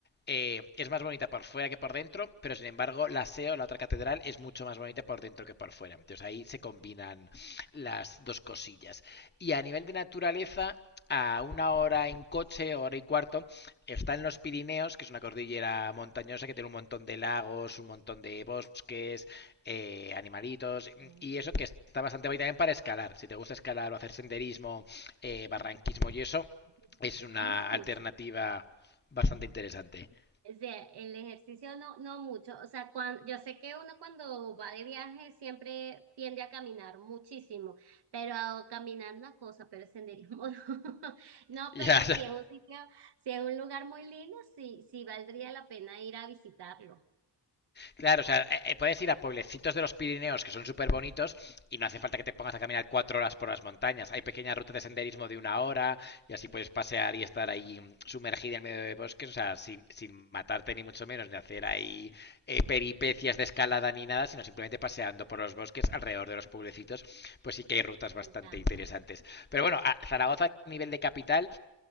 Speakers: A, on the left; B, on the right.
A: eh, es más bonita por fuera que por dentro, pero sin embargo, la SEO, la otra catedral, es mucho más bonita por dentro que por fuera. Entonces ahí se combinan las dos cosillas. Y a nivel de naturaleza, a una hora en coche, hora y cuarto, está en los Pirineos, que es una cordillera montañosa que tiene un montón de lagos, un montón de bosques, eh, animalitos,
B: Ok.
A: y eso que está bastante bien también para escalar. Si te gusta escalar o hacer senderismo eh, barranquismo
B: Ujú.
A: y eso,
B: <laughs>
A: es una
B: No mucho.
A: alternativa bastante interesante. <laughs>
B: O sea, el ejercicio no, no mucho. O sea, cuan- yo sé que uno cuando va de viaje siempre tiende a caminar muchísimo, pero a- caminar una cosa, pero senderismo <laughs> no. No,
A: Ya,
B: pero si es un sitio, si es un lugar muy lindo, sí, sí valdría la pena ir a visitarlo.
A: claro, o sea, eh, eh, puedes ir a pueblecitos de los Pirineos que son súper bonitos y no hace falta que te pongas a caminar cuatro horas por las montañas. Hay pequeñas rutas de senderismo de una hora y así puedes pasear y estar ahí sumergida en medio de bosques, o sea, sin, sin matarte ni mucho menos, ni hacer ahí eh, peripecias de escalada ni nada, sino simplemente paseando por los bosques alrededor de los pueblecitos, pues sí que hay rutas
B: Me
A: bastante
B: encanta.
A: interesantes. Pero bueno, a Zaragoza a nivel de capital